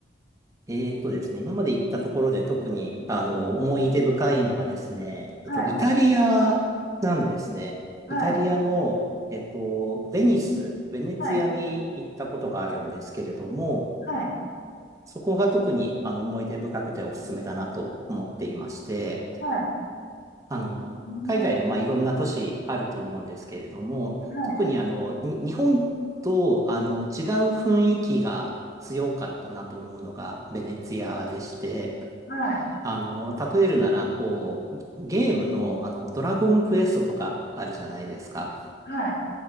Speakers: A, on the right; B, on the left.
A: えっとですね、今まで行ったところで特に、あの、思い出深いのがですね、
B: はい。
A: えっと、イタリアなんですね。
B: はい。
A: イタリアの、えっと、ベニス、ベネツィアに行ったことがあるんですけれども、
B: はい。はい。はい。
A: そこが特に、あの、思い出深くておすすめだなと思っていまして、
B: は
A: あの、
B: い。えー
A: 海外の、まあ、いろんな都市あると思うんですけれども、
B: はい。
A: 特にあの、に日本とあの違う雰囲気が強かったなと思うのがベネツィアでして、
B: はい。
A: あの、例えるなら、こう、ゲームのあの、ドラゴンクエストとかあるじゃないですか。
B: はい。